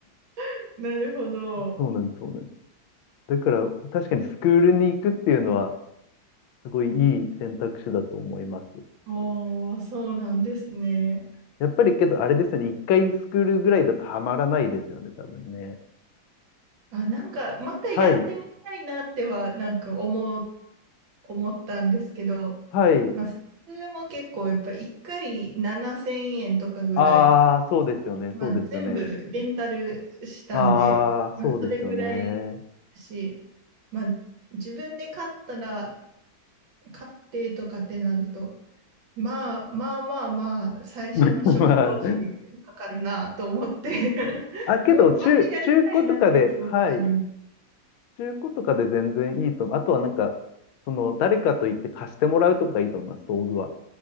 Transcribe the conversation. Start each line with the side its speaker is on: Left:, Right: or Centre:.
Right: <laughs> なるほど。
Left: そうなんです、そうなんです。だから確かにスクールに行くっていうのはすごいいい選択肢だと思います。
Right: おーそうなんですね。
Left: やっぱりけどあれですよね、一回スクールぐらいだとハマらないですよね、多分ね。
Right: あ、なんか、またやってみたいなっては、
Left: はい、
Right: なんか思う、思ったんですけど、
Left: はい。
Right: まあ、それも結構、やっぱ1回7000円とかぐらい、
Left: ああ、そうですよね、
Right: まあ、
Left: そうですよね。
Right: 全部レンタルしたんで、
Left: ああ、そうですよね。
Right: まあ、それぐらいし、まあ、自分で買ったら、買ってとかってなると、まあまあまあまあ、最初の初期投資かかるなと思って
Left: <laughs> まあ、まあ
Right: <laughs>
Left: あ、けど、
Right: でも、
Left: 中、
Right: またやりたいなっていう気持ちはあります。
Left: 中古とかで、はい、中古とかで全然いいと思う。あとはなんか、その、誰かと言って貸してもらうとかがいいと思います、道具は。